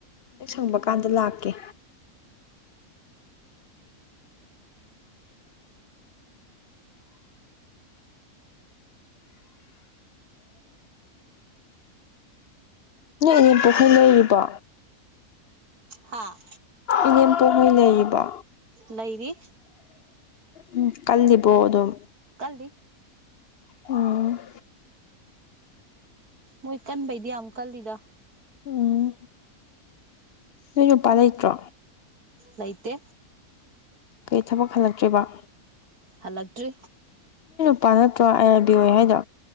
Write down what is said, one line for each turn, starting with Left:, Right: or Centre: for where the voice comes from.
Left: ꯍꯦꯛ ꯁꯪꯕ ꯀꯥꯟꯗ ꯂꯥꯛꯀꯦ ꯅꯣꯏ ꯏꯅꯦꯝꯄꯣꯛꯈꯣꯏ ꯂꯩꯔꯤꯕꯣ
Right: ꯍꯥꯥ
Left: ꯏꯅꯦꯝꯄꯣꯛꯍꯣꯏ ꯂꯩꯔꯤꯕꯣ
Right: ꯂꯩꯔꯤ
Left: ꯎꯝ ꯀꯜꯂꯤꯕꯣ ꯑꯗꯨꯝ
Right: ꯀꯜꯂꯤ
Left: ꯎꯝ
Right: ꯃꯣꯏ ꯀꯟꯕꯩꯗꯤ ꯌꯥꯝ ꯀꯜꯂꯤꯗ
Left: ꯎꯝ ꯅꯣꯏ ꯅꯨꯄꯥ ꯂꯩꯇ꯭ꯔꯣ
Right: ꯂꯩꯩꯇꯦ
Left: ꯀꯩ ꯊꯕꯛ ꯍꯜꯂꯛꯇ꯭ꯔꯤꯕꯣ
Right: ꯍꯜꯂꯛꯇ꯭ꯔꯤ
Left: ꯅꯣꯏ ꯅꯨꯄꯥ ꯅꯠꯇ꯭ꯔꯣ ꯑꯥꯏ ꯑꯥꯔ ꯕꯤ ꯑꯣꯏ ꯍꯥꯏꯗꯣ